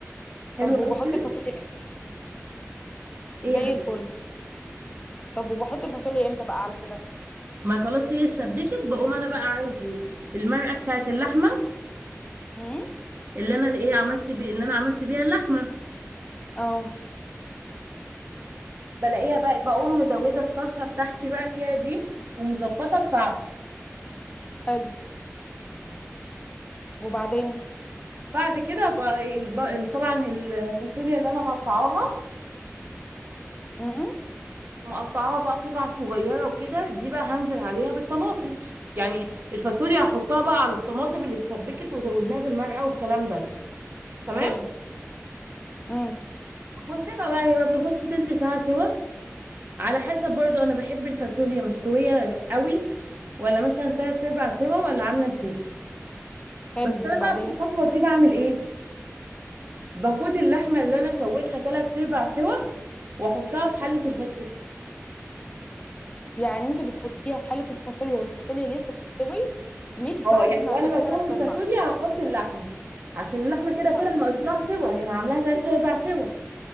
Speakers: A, on the right (about 45°); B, on the left (about 20°).
A: حلو
B: طب وبحط
A: قوي كده
B: الفاصوليا
A: ايه
B: زي
A: يا حبيبتي
B: الفل طب وبحط الفاصوليا امتى بقى على كده
A: ما خلاص هي اتسبكت بقوم انا بقى عندي المرقه بتاعت اللحمه
B: امم
A: اللي انا ايه عملت بيه اللي انا عملت بيها اللحمه
B: اه
A: بلاقيها بقى بقوم مزوده الصلصه بتاعتي بقى فيها دي ومظبطه الطعم
B: حلو وبعدين
A: بعد كده بقى الب- ال- طبعا الفاصوليا اللي انا مقطعاها
B: امم
A: مقطعاها بقى قطع صغيره وكده دي بقى هنزل عليها بالطماطم يعني الفاصوليا هحطها بقى على الطماطم اللي اتسبكت وزودناها بالمرقه والكلام ده تمام
B: حلو امم
A: واسيبها بقى هي ما بتاخدش تلت ساعه سوا على حسب برضو انا بحب الفاصوليا مستويه قوي ولا مثلا تلات ارباع سوا ولا عامله ازاي
B: حلو
A: بس انا
B: وبعدين
A: بقى في الخطوه دي بعمل ايه باخد اللحمه اللي انا سويتها تلات ارباع سوا واحطها في حله الفاصوليا
B: يعني انت بتحطيها في حاله الفاصوليا والفاصوليا لسه بتستوي مش بعد
A: اه يعني
B: ما
A: وانا
B: تبقى
A: بسوي
B: ثلاث
A: الفاصوليا
B: ارباع
A: هحط اللحمه عشان اللحمه كده
B: طب
A: كده ناقص لها سوا انا يعني انا عاملاها تلات ارباع سوا